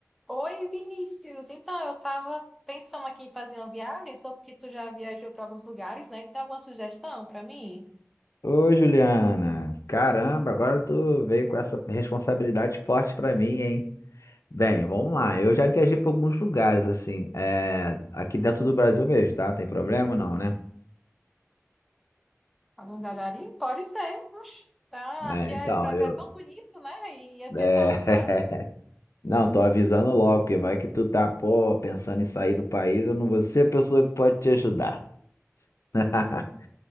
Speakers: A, in the centre; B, on the left.
A: Oi, Vinícius. Então, eu estava pensando aqui em fazer uma viagem, só porque tu já viajou para alguns lugares, né? Tem alguma sugestão para mim?
B: Ô, Juliana, caramba, agora tu veio com essa responsabilidade forte pra mim, hein? Bem, vamos lá. Eu já viajei pra alguns lugares, assim, é, aqui dentro do Brasil mesmo, tá? Tem problema não, né?
A: Algum lugarinho? Pode ser. Oxe, tá.
B: É,
A: Aqui é,
B: então,
A: o Brasil
B: eu.
A: é tão bonito, né? E o pessoal
B: é,
A: não vai.
B: <laughs> Não, tô avisando logo, porque vai que tu tá, pô, pensando em sair do país, eu não vou ser a pessoa que pode te ajudar. <laughs>